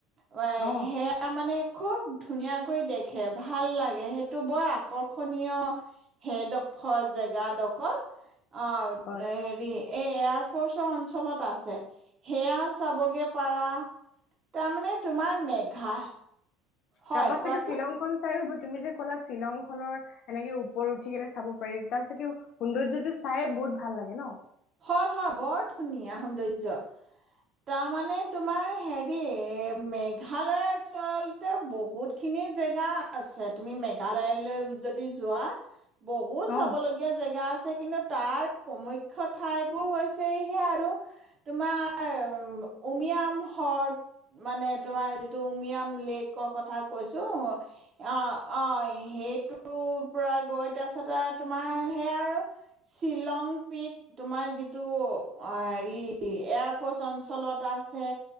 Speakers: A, on the right; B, on the left.
A: সেয়া
B: অ
A: মানে, খুব ধুনীয়াাকৈ দেখে ভাল লাগে সেইটো বৰ আকৰ্ষণীয় সেইডোখৰ জেগাডোখৰ। অ
B: হয়
A: হেৰি, এই এয়াৰফ'ৰ্চৰ অঞ্চলত, আছে সেয়া চাবগে পাৰা, তাৰমানমানে তোমাৰ মেঘা হয়
B: তাৰপাছাগে
A: কোৱাচোন
B: শ্বিলংখন চাইো তুমি যে ক'লা শ্বিলং খনৰ এনেকে ওপৰ উথি কেনে চাব পাৰি তাৰিছত কি সৌন্দৰ্যটো চাই বহুত ভাল লাগে ন
A: হয় হয় বৰ ধুনীয়া সৌন্দৰ্য তাৰমানে তোমাৰ হেৰি মেঘালয় আচলতে বহুত খিনি জেগা আছে তুমি মেঘালয়লৈ যদি যোৱা বহুত চাব
B: অ
A: লগগীয়া জেগা আছে। কিন্তু তাৰ প্ৰ <unintelligible> ঠাইবোৰ হৈছে সেয়া আৰু তোমাৰ উমিয়াম হ্ৰদ মানে তোমাৰ যিটো উমিয়াম লেকৰ কথা। কৈছো অ' অ' সেইটো। পৰা গৈ তাৰপিছত তোমাৰ সেইয়া আৰু শ্বিলং। কি তোমাৰ যিটো অ হেৰি এয়াৰফৰ্চ অঞ্চলত আছে,